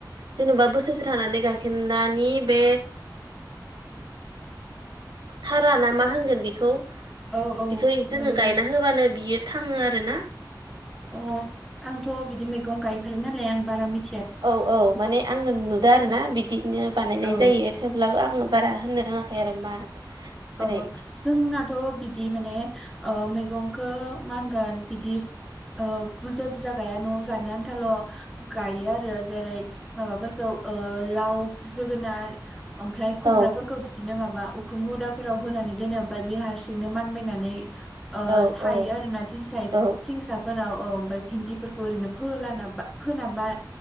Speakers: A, on the right; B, in the centre.
A: जेनेबा बोसोरसे थानानै गायखोनदानि बे थारा ना मा होनगोन बेखौ
B: औ
A: बिखौ जोङो
B: नंगौ नोंथां
A: गायना होबानो बियो थाङो आरो ना
B: अ आंथ' बिदि मैगं गायफेरै नालाय आं बारा मिथि
A: औ औ माने आङो नुदो आरो ना बिदिनो बानायनाय
B: औ
A: जायो थेवब्लाबो आङो बारा होननो रोङाखै आरो मा बोरै
B: अ जोंनाथ' बिदि माने मैगंखौ माहोनगोन बिदि बुरजा बुरजा गाया न'आव जानो आन्थाल' गायो आरो जेरै माबाफोरखौ लाव जोगोनार ओमफ्राय खुमब्राफोरखौ
A: औ
B: बिदिनो माबा उखुम उदाब फोराव होनानै दोनो ओमफ्राय बे हारसिंनो मानबायनानै
A: औ
B: थायो
A: औ
B: आरो थिं
A: औ
B: थिंसाफोराव ओमफ्राय भिन्दिफोरखौ ओरैनो फालाना फोनाबा